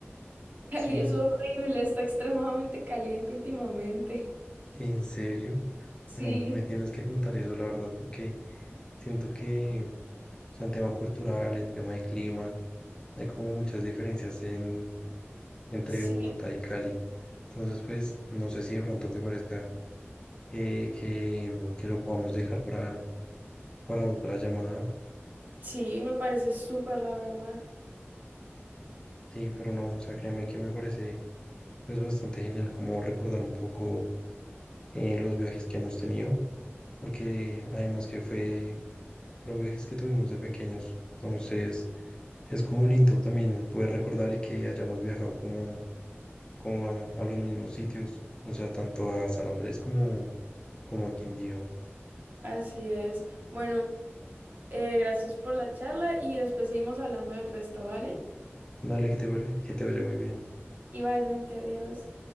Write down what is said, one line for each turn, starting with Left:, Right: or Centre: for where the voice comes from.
Right: Cali
Left: sí,
Right: es horrible, está extremadamente caliente últimamente.
Left: en serio,
Right: Sí,
Left: bueno, me tienes que contar eso, la verdad, porque siento que, o sea, en tema cultural, en tema de clima, hay como muchas diferencias en, entre
Right: sí,
Left: Bogotá y Cali. Entonces, pues, no sé si de pronto te parezca eh, que, que lo podamos dejar para, para otra llamada.
Right: sí, me parece súper, la verdad.
Left: Sí, pero no, o sea, créeme que me parece pues bastante genial como recordar un poco eh, los viajes que hemos tenido. porque además que fue, fueron viajes que tuvimos de pequeños, entonces es como lindo también poder recordar y que hayamos viajado como, como a, a los mismos sitios, o sea, tanto a San Andrés como, como a Quindío.
Right: Así es. Bueno, eh, gracias por la charla y después seguimos hablando del resto, ¿vale?
Left: Dale, que te, vaya- que te vaya muy bien.
Right: Igualmente, adiós.